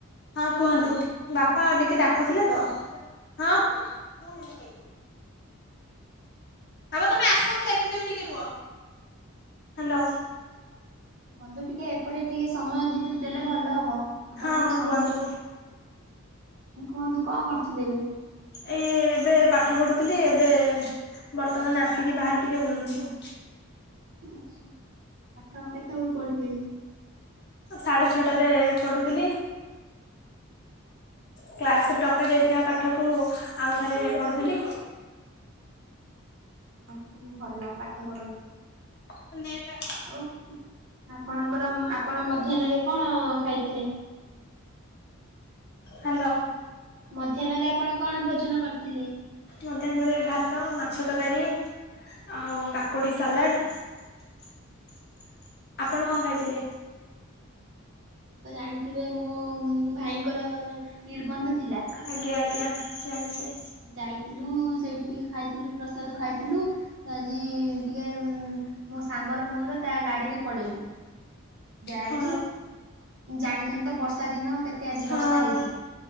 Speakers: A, on the left; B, on the right.
A: ହଁ, କୁହନ୍ତୁ। ବାପା-ଆ ଟିକେ ଡାକୁଥିଲେ, ତ। ହଁ। <unintelligible> ବାପା ତମେ ଆସ। ମୁଁ ଦେଖିଦେବି ଟିକେ ରୁହ। ହ୍ୟାଲୋ।
B: ବନ୍ଧୁ, ଟିକେ ଏପଟେ ଟିକେ ସମୟ ଦି-ଦେଲେ ଭଲ ହବ, ଆପଣଙ୍କର
A: ହଁ ହଁ
B: ସମୟ
A: କୁହନ୍ତୁ
B: କୁହନ୍ତୁ, କଅଁ କରୁଥିଲେ ଏବେ?
A: ଏଇ, ଏବେ ପାଠ ପଢୁଥିଲି। ଏବେ ବର୍ତ୍ତମାନ ଆସିକି ବାହାରେ ଟିକେ ବୁଲୁଛି।
B: ଆଚ୍ଛା। ପାଠ କେତେବେଳୁ ପଢିଲେଣି?
A: ସାଢେ ଛଅଟାରେ ପଢୁଥିଲି। କ୍ଲାସରେ ଡକାଯାଇଥିବା ପାଠ, ଜୁ ଆଉ ଥରେ ପଢୁଥିଲି।
B: ଆଉସବୁ ଭଲ, ଭଲ ପାଠ ପଢନ୍ତୁ।
A: <inaudible>
B: ଆଉ, ଆପଣଙ୍କର-ଆପଣ
A: ହ୍ୟାଲୋ
B: ମଧ୍ୟାହ୍ନରେ କଣ ଖାଇଥିଲେ?
A: ହ୍ୟାଲୋ।
B: ମଧ୍ୟାହ୍ନରେ, ଆପଣ କଣ ଭୋଜନ କରିଥିଲେ?
A: ମଧ୍ୟାହ୍ନରେ ଭାତ, ମାଛ ତରକାରୀ ଆଉ କାକୁଡି ସାଲାଡ। ଆପଣ କଣ ଖାଇଥିଲେ?
B: ଆପଣ ଜାଣିଥିବେ ମୋ ଭାଇଙ୍କର ନିର୍ବନ୍ଧ ଥିଲା।
A: ଆଜ୍ଞା, ଆଜ୍ଞା, ଜାଣିଛି।
B: ଯାଇଥିଲୁ। ସେଇଠିିକେ ଖାଇଥିଲୁ, ପ୍ରସାଦ ଖାଇଥିଲୁ। ଆଜି ଟିକେ ମୋ ସାଙ୍ଗର, ମୋର ତା ଗାଡିରେ ପଳେଇଲୁ। ଯାଇଚୁ,
A: ହଁ
B: ଜାଣିଛନ୍ତି ତ, ବର୍ଷା ଦିନ। କେତେ ଆଜି
A: ହଁ
B: ବର୍ଷା ହେଇଛି?